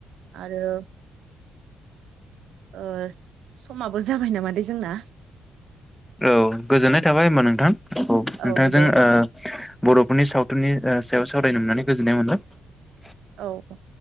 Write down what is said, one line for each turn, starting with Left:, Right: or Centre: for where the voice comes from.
Right: आरो। ओ समाबो जाबाय नामादै जोंना।
Centre: औ गोजोननाय थाबाय होमबा नोंथां औ नोंथांजों
Right: औ दे
Centre: ओ बर'फोरनि सावथुननि ओ सायाव सावरायनो मोननानै गोजोननाय मोनबाय।
Right: औ-औ।